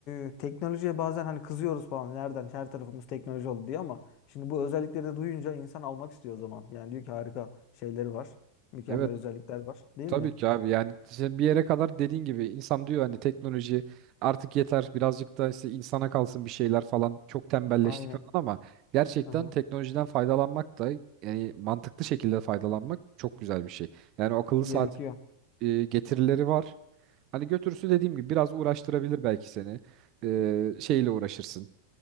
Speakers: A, on the left (about 40°); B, on the right (about 40°).
A: e, teknolojiye bazen hani kızıyoruz falan. Nereden? Her tarafımız teknoloji oldu diye ama şimdi bu özellikleri de duyunca insan almak istiyor o zaman. Yani diyor ki harika şeyleri var. Mükemmel
B: Evet.
A: özellikler var. Değil
B: Tabii
A: mi?
B: ki abi yani işte bir yere kadar dediğin gibi insan diyor hani teknoloji artık yeter birazcık da işte insana kalsın bir şeyler falan çok tembelleştik
A: Aynen.
B: falan ama gerçekten
A: Aha.
B: teknolojiden faydalanmak da yani mantıklı şekilde faydalanmak çok güzel bir şey. Yani o akıllı
A: Gerekiyor.
B: saat e, getirileri var. Hani götürüsü dediğim gibi biraz uğraştırabilir belki seni. E, şeyle uğraşırsın